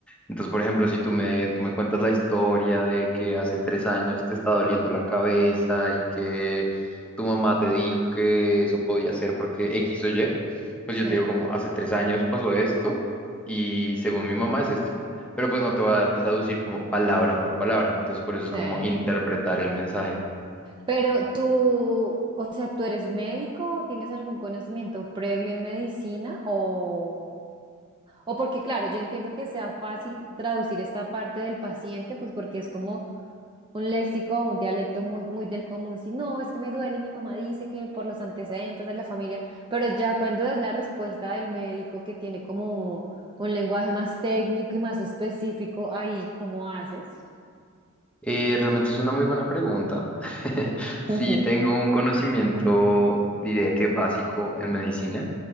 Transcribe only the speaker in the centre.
Entonces, por ejemplo, si tú me, tú me cuentas la historia de que hace tres años te está doliendo la cabeza y que tu mamá te dijo que eso podía ser porque X o Y, pues
yo te digo como hace tres años pasó esto y según mi mamá es esto. Pero pues no te voy a traducir como palabra por palabra. Entonces, por eso
es como interpretar el mensaje.
Eh, realmente es una muy buena pregunta. <laughs> Sí,
tengo un conocimiento, diría que básico en medicina.